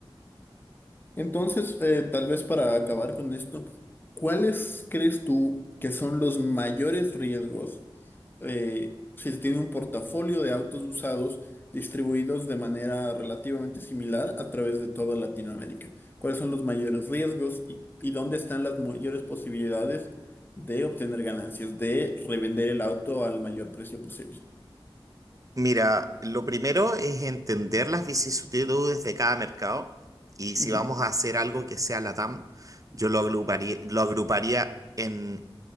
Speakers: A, on the left; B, on the right.
A: Entonces, eh, tal vez para acabar con esto, ¿cuáles crees tú que son los mayores riesgos? eh, se tiene un portafolio de autos usados distribuidos de manera relativamente similar a través de toda Latinoamérica. ¿Cuáles son los mayores riesgos y, y dónde están las mayores posibilidades de obtener ganancias, de revender el auto al mayor precio posible?
B: Mira, lo primero es entender las vicisitudes de cada mercado y si
A: Ujú,
B: vamos a hacer algo que sea LATAM, yo lo agruparía, lo agruparía en,